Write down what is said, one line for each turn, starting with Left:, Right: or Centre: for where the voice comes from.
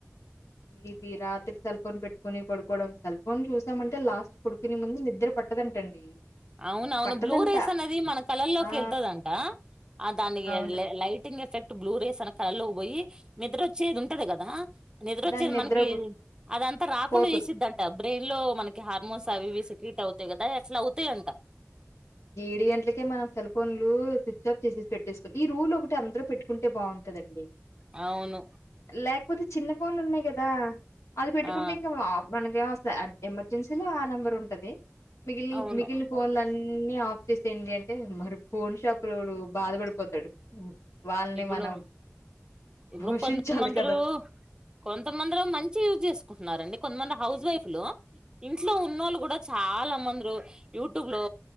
Left: ఇది రాత్రి తల్ ఫోన్ పెట్టుకుని పడుకోవడం సెల్ ఫోన్ చూసామంటే లాస్ట్ పడుకునే ముందు నిద్ర పట్టదంటండి
Right: అవునవును
Left: పట్టదంట
Right: బ్లూ రేస్ అనేది మన కలల్ లోకి
Left: ఆ
Right: వెళ్తుదంట ఆ దాని
Left: అవును
Right: లైటింగ్ ఎఫెక్ట్ బ్లూ రేస్ అన కాల్లో పోయి నిద్ర వచ్చేది ఉంటది కదా నిద్ర
Left: దాని
Right: వచ్చేది మనకి
Left: బు
Right: అదంతా రాకుండ
Left: పోతది
Right: చేసిద్దంట బ్రెయిన్ లో మనకి హార్మోన్స్ అవి ఇవి సెక్కట్ అవుతాయి కదా అట్ల అవుతయంట
Left: ఏడ్ గంటలకే మనం సెల్ ఫోన్లు స్విచ్ ఆఫ్ చేసేసి పేటిస్లో ఈ రూల్ ఒకటి అందరు పెట్టుకుంటే బా కదండి
Right: అవును
Left: లేకపోతే చిన్న ఫోన్లు ఉన్నాయి కదా అది పెట్టుకుంటే
Right: ఆ
Left: ఇంక వ మనకేం ఎమర్జెన్సీలో ఆ నంబర్ ఉంటది మిగిల్
Right: అవును
Left: మిగిన్ల ఫొన్ అన్ అన్ని ఆఫ్ చేసేయండి అంటే మరి ఫోన్ షాప్ లోడు బాధ పడిపోతడు వాళ్ళని
Right: ఇప్పుడు
Left: మనం
Right: ఇప్పుడు
Left: పోషించాలి
Right: కొంత మందురు
Left: కదా
Right: కొంతమందిలో మంచి యూజ్ చేసుకుంటున్నారండి కొంత్మంది హౌస్ వైఫ్లో ఇంట్లో ఉన్నోలు కూడా చాలా మంద్రూ యూట్యూబ్లో